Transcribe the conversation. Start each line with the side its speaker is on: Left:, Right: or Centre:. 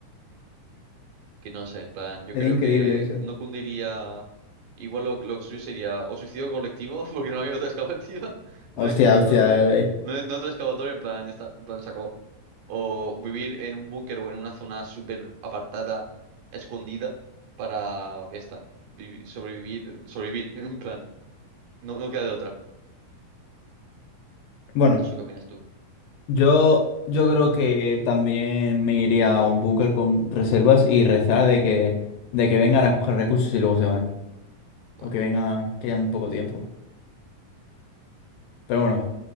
Right: que no sé, en plan,
Left: <laughs>
Right: yo
Left: Sería
Right: creo
Left: increíble
Right: que
Left: eso.
Right: no cundiría. Igual lo, lo suyo sería o suicidio colectivo, <laughs> porque no hay otra excavativa, <laughs> no
Left: Hostia,
Right: hay, no,
Left: hostia.
Right: no hay-
Left: eh.
Right: no hay- no hay otra excavatoria, en plan, ya está, en plan, se acabó. O vivir en un búnker o en una zona súper apartada, escondida, para, ya está, vivi- sobrevivir, sobrevivir, <laughs> en plan, no, no queda de otra.
Left: Bueno,
Right: No sé qué opinas tú.
Left: yo, yo creo que también me iría a un búnker con reservas y rezar de que, de que vengan a coger recursos y luego se van.
Right: Bueno,
Left: O que vengan, que hayan poco tiempo. Pero bueno,